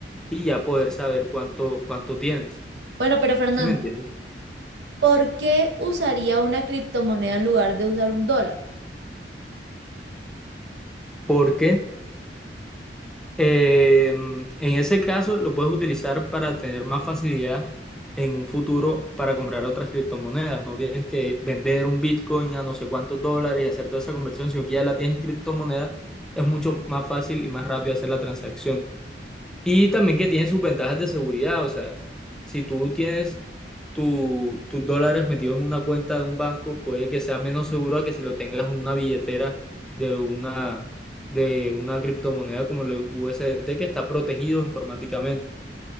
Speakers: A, in the centre; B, on the right.
A: y ya poder saber cuánto, cuánto tienes.
B: Bueno, pero Fernando,
A: ¿Sí me entiendes?
B: ¿por qué usaría una criptomoneda en lugar de usar un dólar?
A: Porque eh, en ese caso lo puedes utilizar para tener más facilidad en un futuro para comprar otras criptomonedas. No tienes que vender un Bitcoin a no sé cuántos dólares y hacer toda esa conversión, sino que ya la tienes en criptomonedas, es mucho más fácil y más rápido hacer la transacción. Y también que tiene sus ventajas de seguridad, o sea, si tú tienes tu- tus dólares metidos en una cuenta de un banco, puede que sea menos seguro a que si lo tengas en una billetera de una, de una criptomoneda como el USDT que está protegido informáticamente.